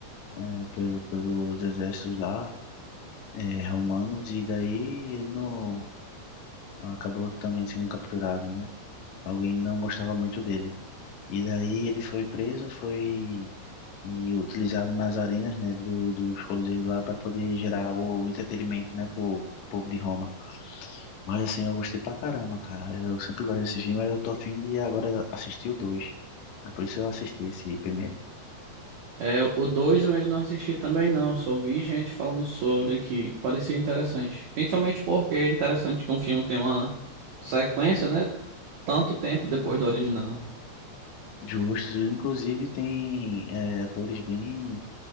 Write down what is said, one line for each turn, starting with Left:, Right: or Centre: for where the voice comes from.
Left: eh, pelo- pelos exércitos lá eh, romanos, e daí ele não, acabou também sendo capturado, né? Alguém não gostava muito dele. E daí ele foi preso, foi e utilizado nas arenas, né, do, dos coliseus lá para poder gerar o entretenimento, né, pro, pro povo de Roma. Mas assim, eu gostei pra caramba, cara. Eu sempre gosto desse filme, aí eu tô afim de agora assistir o dois. É Por isso eu assisti esse primeiro.
Right: É, o 2 eu ainda não assisti também não, só vi gente falando sobre que que parecia interessante. Principalmente porque é interessante que um filme tem uma sequência, né? Tanto tempo depois da original.
Left: Justos, inclusive tem é, atores bem